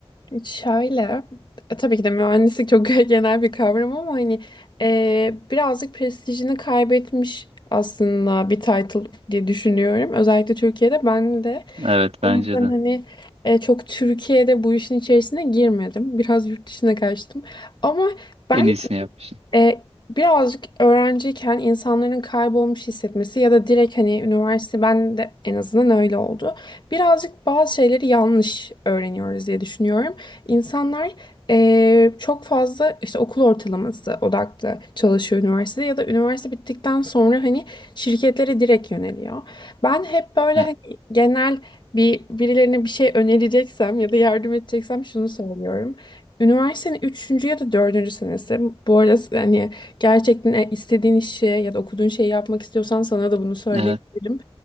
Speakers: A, on the left (about 45°); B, on the right (about 85°).
A: Şöyle, e, tabii ki de mühendislik çok <laughs> genel bir kavram ama hani e, birazcık prestijini kaybetmiş aslında bir title diye düşünüyorum. Özellikle Türkiye'de ben de.
B: Evet bence
A: O yüzden
B: de
A: hani e, çok Türkiye'de bu işin içerisine girmedim. Biraz yurt dışına kaçtım. Ama ben
B: en iyisini yapmışsın.
A: E, birazcık öğrenciyken insanların kaybolmuş hissetmesi ya da direkt hani üniversite ben de en azından öyle oldu. Birazcık bazı şeyleri yanlış öğreniyoruz diye düşünüyorum. İnsanlar e, çok fazla işte okul ortalaması odaklı çalışıyor üniversitede ya da üniversite bittikten sonra hani şirketlere direkt yöneliyor. Ben hep böyle
B: Ya,
A: hani genel bir birilerine bir şey önereceksem ya da yardım edeceksem şunu söylüyorum. Üniversitenin üçüncü ya da dördüncü senesi. Bu arada hani gerçekten e- istediğin işi ya da okuduğun şeyi yapmak istiyorsan sana da bunu söyleyebilirim.
B: Evet